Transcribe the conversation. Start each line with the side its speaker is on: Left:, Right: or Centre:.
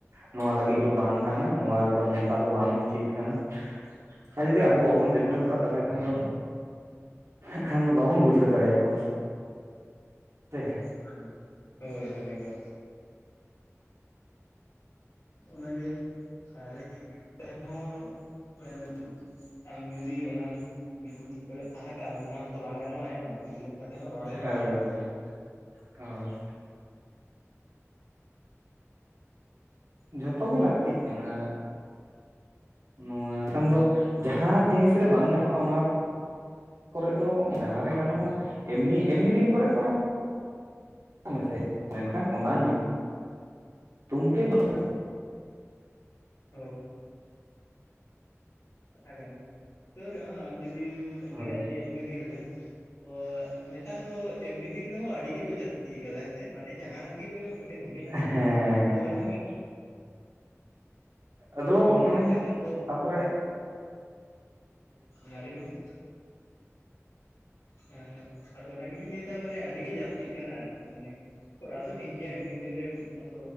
Right: ᱱᱚᱣᱟ ᱞᱟᱹᱜᱤᱫ ᱫᱚ ᱵᱟᱝ ᱠᱟᱱᱟ, ᱱᱚᱣᱟ ᱨᱮᱫᱚ ᱱᱚᱝᱠᱟ ᱫᱚ ᱵᱟᱝ ᱩᱪᱤᱛ ᱠᱟᱱᱟ᱾ ᱟᱨ ᱡᱩᱫᱤ ᱟᱵᱚ ᱵᱟᱵᱚᱱ
Left: ᱦᱳᱭ
Right: ᱥᱤᱠᱷᱱᱟᱹᱛᱚᱜ-ᱟ ᱛᱟᱦᱚᱞᱮ ᱠᱷᱟᱱ ᱫᱚ ᱦᱟᱸᱜ ᱠᱷᱟᱱ ᱫᱚ ᱵᱟᱵᱚᱱ ᱵᱩᱡᱷᱟᱹᱣ ᱫᱟᱲᱮᱭᱟᱠᱚᱣᱟ ᱛᱮ᱾
Left: ᱦᱮᱸ ᱦᱳᱭ ᱦᱳᱭ, ᱮᱠᱫᱚᱢ᱾ ᱚᱱᱟᱜᱮ <unintelligible> ᱟᱢ ᱡᱩᱫᱤ ᱚᱱᱟᱢ ᱢᱤᱫ ᱠᱚᱭᱚᱜ ᱛᱟᱦᱮᱸ ᱠᱟᱜ-ᱟᱢ ᱚᱱᱟ ᱦᱚᱸᱛᱚ ᱵᱟᱝ ᱜᱟᱱᱚᱜ-ᱟ ᱦᱮᱸ ᱵᱟᱝ ᱴᱷᱤᱠ ᱢᱚ ᱠᱟᱛᱮ ᱦᱚᱸ ᱨᱚᱲ ᱦᱩᱭᱩᱜ-ᱟ
Right: ᱦᱳᱭ
Left: ᱨᱚᱲ ᱫᱚ᱾
Right: ᱦᱳᱭ ᱦᱳᱭ ᱡᱷᱚᱛᱚ ᱜᱮ ᱞᱟᱹᱠᱛᱤᱜ ᱠᱟᱱᱟ᱾ ᱱᱚᱣᱟ ᱮᱱᱠᱷᱟᱱ ᱫᱚ ᱡᱟᱦᱟᱸ ᱡᱤᱱᱤᱥ ᱨᱮ ᱵᱟᱝ ᱜᱟᱱᱚᱜ-ᱟ, ᱚᱱᱟ ᱠᱚᱨᱮ ᱫᱚ ᱡᱟᱦᱟᱸ ᱨᱮ ᱜᱟᱱᱚᱜ-ᱟ ᱮᱢᱱᱤ ᱮᱢᱱᱤ ᱫᱤᱱ ᱠᱚᱨᱮ ᱠᱚᱨᱟᱣ ᱢᱮᱥᱮ ᱢᱮᱱᱠᱷᱟᱱ ᱚᱱᱟ ᱧᱩ ᱛᱩᱢ ᱛᱮ ᱵᱟᱝ
Left: ᱦᱮᱸ ᱾ ᱠᱟᱛᱷᱟ ᱠᱟᱱ ᱜᱮᱭᱟ ᱛᱟᱹᱣ ᱨᱮᱦᱚᱸ ᱟᱢ ᱡᱩᱫᱤᱢ
Right: ᱦᱳᱭ
Left: ᱞᱟᱹᱭᱟ ᱡᱮ ᱮᱢᱱᱤ ᱫᱤᱱ ᱨᱮ᱾ ᱛᱚ ᱱᱮᱛᱟᱨ ᱫᱚ ᱮᱢᱱᱤ ᱫᱤᱱ ᱨᱮᱦᱚᱸ ᱟᱹᱰᱤ ᱜᱮᱠᱚ ᱡᱟᱹᱥᱛᱤ ᱠᱟᱫᱟ ᱦᱮᱸ ᱥᱮ, ᱢᱟᱱᱮ ᱡᱟᱦᱟᱱᱟᱜ ᱜᱮ ᱦᱳᱭᱳᱜ ᱢᱤᱫ ᱴᱟᱹᱝ ᱦᱩᱰᱤᱧ ᱦᱩᱰᱤᱧ
Right: ᱦᱮᱸ ᱦᱮᱸ
Left: ᱡᱤᱱᱤᱥ ᱛᱟᱹᱣ ᱨᱮᱦᱚᱸ
Right: ᱦᱮᱸ
Left: ᱫᱟ
Right: ᱟᱫᱚ ᱢᱟᱱᱮ
Left: ᱠᱟᱛᱷᱟ ᱨᱮᱱᱟᱜ ᱫᱚ
Right: ᱛᱟᱯᱚᱨᱮ
Left: ᱦᱮᱸ ᱞᱮ ᱵᱤᱱ ᱾ ᱦᱮᱸ ᱟᱫᱚ ᱚᱱᱟ ᱜᱮᱞᱤᱧ ᱞᱟᱹᱭᱫᱟ ᱢᱟᱱᱮ ᱟᱹᱰᱤ ᱜᱮ ᱡᱟᱹᱥᱛᱤᱜ ᱠᱟᱱᱟ ᱟᱨ ᱢᱟᱱᱮ ᱠᱚᱨᱟᱣ ᱫᱚ ᱴᱷᱤᱠ ᱜᱮᱭᱟ ᱮᱢᱱᱤ ᱫᱤᱱᱨᱮ, ᱟᱫᱚ